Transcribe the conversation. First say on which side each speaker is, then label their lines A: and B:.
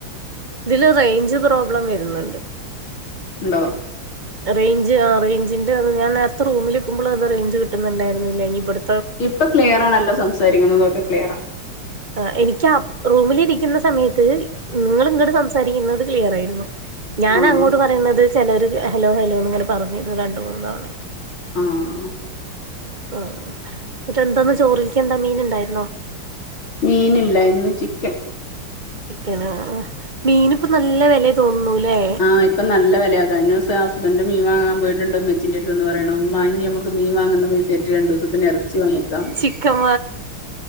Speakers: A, on the right (about 25°); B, on the left (about 75°).
A: ഇതില് റേഞ്ച് പ്രോബ്ലം വരുന്നുണ്ട്
B: ഉണ്ടോ
A: റേഞ്ച് ആഹ് റേഞ്ചിന്റെ അത് ഞാൻ നേരത്തെ റൂമിൽ നിക്ക്മ്പോ അത് റേഞ്ച് കിട്ടുന്നുണ്ടായിരുന്നില്ല ഇനി ഇവിടു
B: ഇപ്പൊ ക്ലിയറാണല്ലോ സംസാരിക്കുന്നുന്നത്ക്കെ ക്ലിയറാ
A: ആഹ് എനിക്ക് റൂമിലിരിക്കുന്ന സമയത്ത് ഇങ്ങൾ ഇങ്ങട് സംസാരിക്കുന്നത് ക്ലിയർ ആയിരുന്നു ഞാൻ
B: ആഹ്
A: അങ്ങോട്ട് പറയുന്നത് ചിലവർ ഹലോ ഹലോന്ന്ങ്ങനെ പറഞ്ഞത് രണ്ട് മൂന്ന് തവണ
B: ആഹ്
A: ആഹ് എന്തോന്ന് ചോറിൽക്ക് എന്താ മീൻ ഉണ്ടായിരുന്നോ
B: മീനില്ല ഇന്ന് ചിക്കൻ
A: ചിക്കൻ ആഹ് മീനി ഇപ്പ നല്ല വില തോന്നൂല്ലേ
B: ആഹ് ഇപ്പ നല്ല വിലയ കഴിഞ്ഞ ദിവസം ഹസ്ബൻഡ് മീൻ വങ്ങാൻ പോയിട്ടുണ്ട് എന്റെ അടുത്ത്ന്ന് പറയണു ഉമ്മ നമുക്ക് മീൻ വാങ്ങുന്ന പൈസ രണ്ടു ദിവസത്തിന് ഇറച്ചി വാങ്ങിക്കാം
A: ചിക്കൻ